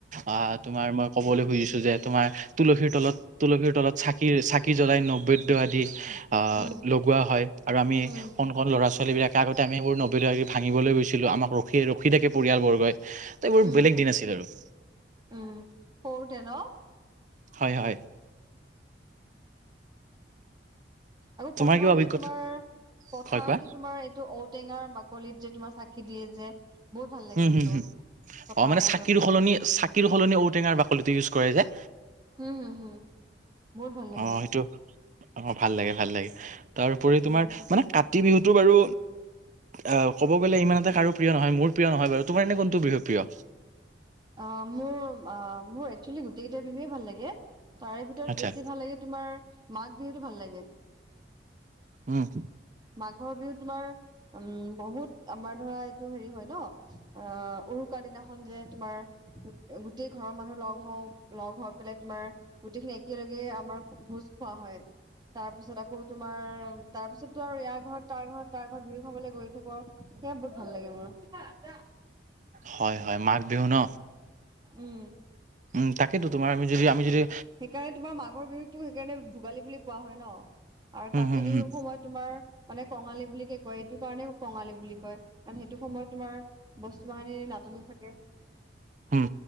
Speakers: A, on the right; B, on the right.
A: আ, তোমাৰ মই ক'বলৈ খুজিছো যে তোমাৰ তুলসীৰ তলত তুলসীৰ তলত চাকিৰ চাকি জ্বলাই নব্বেদ <unintelligible> আদি। হা,
B: উম
A: লগোৱা হয়। আৰু আমি
B: উম
A: কণ কণ ল'ৰাছ ছোৱালীবিলাকে আগতে আমি এইবোৰ <unintelligible> ভাঙিবলৈ গৈছিলো আমাক ৰখি ৰখি থাকে পৰিয়ালবৰ্গই ত' এইবোৰ
B: উম
A: বেলেগ দিন আছিল আৰু।
B: উম সৰুতে ন'?
A: হয়, হয়।
B: আৰু
A: তোমাৰ
B: পথাৰত
A: কিবা অভিজ্ঞতা
B: যে তোমাৰ পথাৰত
A: হয় কোৱা
B: যে তোমাৰ এইটো ঔটেঙাৰ বাকলিত যে তোমাৰ চাকি দিয়ে যে। বহুত ভাল লাগে
A: উম,
B: সেইটো।
A: হুম, হুম, অ',
B: পথাৰৰ
A: মানে
B: মাজত
A: চাকিৰ সলনি চাকিৰ সলনি ঔটেঙাৰ বাকলিটো ইউজ কৰে যে
B: উম, হুম হম বহুত ভাল লাগে।
A: অ, সেইটো অ', ভাল লাগে ভাল লাগে তাৰপৰি তোমাৰ
B: উম
A: মানে কাতি বিহুতো বাৰু আহ ক'ব গ'লে ইমান এটা কাৰো প্ৰিয় নহয় মোৰ প্ৰিয় নহয় বাৰু তোমাৰ এনে কোনটো বিহু প্ৰিয়?
B: অ', মোৰ অ মোৰ একচুৱেলি গোটেই কেইটা বিহুৱে ভাল লাগে। তাৰে ভিতৰত
A: আচ্ছা
B: বেছি ভাল লাগে তোমাৰ মাঘ বিহুতো ভাল লাগে।
A: উম
B: মাঘৰ বিহুত তোমাৰ উম বহুত আমাৰ ধৰা এইটো হেৰি হয় ন অ', উৰুকা দিনাখন যে তোমাৰ গোটেই ঘৰৰ মানুহ লগ লগ হৈ পেলাই তোমাৰ গোটেইখিনি একেলগে আমাৰ ভোজ খোৱা হয়। তাৰ পিছত আকৌ তোমাৰ, তাৰপিছত ত ইয়াৰ ঘৰত তাৰ ঘৰত তাৰ ঘৰত বিহু খাবলৈ গৈ থাকোঁ আৰু সেয়া বহুত ভাল লাগে মোৰ।
A: হয়, হয়, মাঘ বিহু ন?
B: উম
A: উম, তাকেইেতো তোমাৰ আমি যদি আমি যদি
B: সেইকাৰণে তোমাৰ মাঘৰ বিহুকতটো সেইকাৰণে ভোগালী বুলি কোৱা হয় ন। আৰু
A: উম,
B: কাতি
A: হুম,
B: বিহুৰ
A: হুম,
B: সময়ত তোমাৰ মানে কঙালী বুলি ক ক এইটো কাৰণে কঙালী বুলি কয় কাৰণ সেইটো সময়ত তোমাৰ বস্তু বাহিনি নাটনি থাকে।
A: উম,